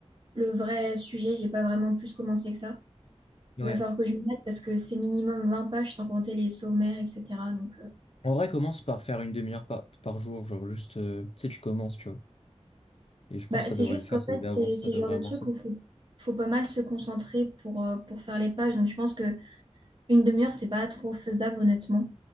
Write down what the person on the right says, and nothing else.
le vrai sujet, j'ai pas vraiment plus commencé que ça.
Il va falloir que je me mette parce que c'est minimum 20 pages sans compter les sommaires, etc. Donc, euh,
Bah,
c'est
juste
qu'en
fait,
c'est
c'est
le genre de
truc où il faut, faut pas mal se concentrer pour, euh, pour faire les pages. Donc, je pense que une demi-heure, c'est pas trop faisable, honnêtement.